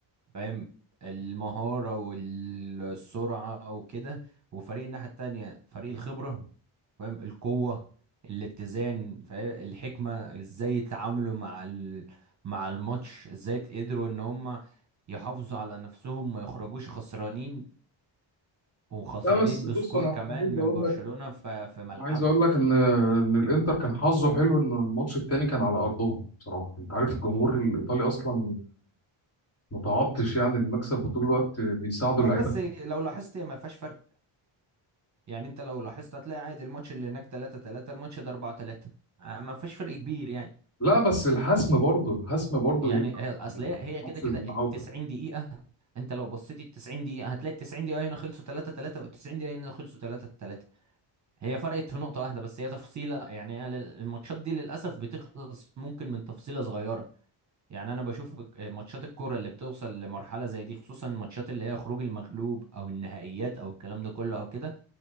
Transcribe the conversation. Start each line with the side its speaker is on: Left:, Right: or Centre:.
Right: فاهم المهارة والسرعة وكده وفريق الناحية التانية فريق الخبرة فاهم القوة الاتزان فاهم الحكمة ازاي يتعاملوا مع ال... مع الماتش ازاي قدروا ان هم يحافظوا على نفسهم ما يخرجوش خسرانين وخسرانين
Left: لا بس بص
Right: بسكور
Left: انا
Right: كمان
Left: أنا عايز
Right: من
Left: اقول
Right: برشلونة
Left: لك
Right: ف... في ملعبها
Left: عايز اقول لك ان ان الانتر كان حظه حلو ان الماتش التاني كان على ارضهم بصراحه انت عارف الجمهور الايطالي اصلا متعطش يعني المكسب وطول الوقت بيساعدوا
Right: لا
Left: اللعيبه
Right: بس لو لاحظت هي ما فيهاش فرق يعني انت لو لاحظت هتلاقي عادي الماتش اللي هناك 3 3 الماتش ده 4 3 ما فيهاش فرق كبير يعني
Left: لا بس الحسم برضه الحسم برضه
Right: يعني
Left: بيبقى
Right: هي- اصل هي هي كده
Left: ماتش
Right: كده
Left: العوده
Right: ال 90 دقيقة انت لو بصيت ال 90 دقيقة هتلاقي ال 90 دقيقة هنا خلصوا 3 3 وال 90 دقيقة هنا خلصوا 3 3 هي فرقت في نقطة واحدة بس هي تفصيلة يعني هي لل- الماتشات دي للأسف بتخلص ممكن من تفصيلة صغيرة يعني أنا بشوف ماتشات الكورة اللي بتوصل لمرحلة زي دي خصوصا الماتشات اللي هي خروج المغلوب أو النهائيات أو الكلام ده كله أو كده